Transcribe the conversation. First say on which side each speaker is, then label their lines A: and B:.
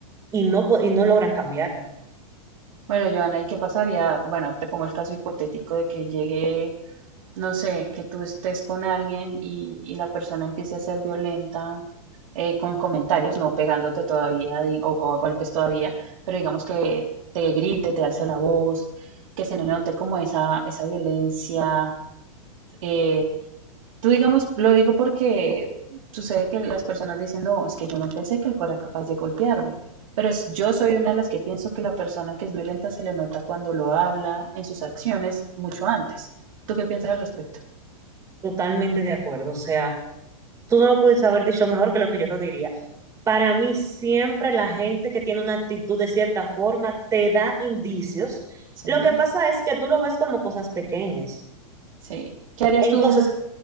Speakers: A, on the right; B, on the right.
A: y no, po- y no logran cambiarlo.
B: Bueno, Joana, ¿y qué pasaría? Bueno, te pongo el caso hipotético de que llegue no sé, que tú estés con alguien y, y la persona empiece a ser violenta eh, con comentarios, no pegándote todavía di- o a golpes todavía, pero digamos que te grite, te alce la voz, que se le note como esa, esa violencia. eh, tú digamos, lo digo porque sucede que las personas dicen, no, es que yo no pensé que él fuera capaz de golpearme. Pero es- yo soy una de las que pienso que la persona que es violenta se le nota cuando lo habla, en sus acciones, mucho antes. ¿Tú qué piensas al respecto?
A: Totalmente de acuerdo. O sea, tú no lo pudiste haber dicho mejor que lo que yo lo diría. Para mí, siempre la gente que tiene una actitud de cierta forma te da indicios.
B: Sí.
A: Lo que pasa es que tú lo ves como cosas pequeñas.
B: Sí. ¿Qué harías
A: Entonces,
B: tú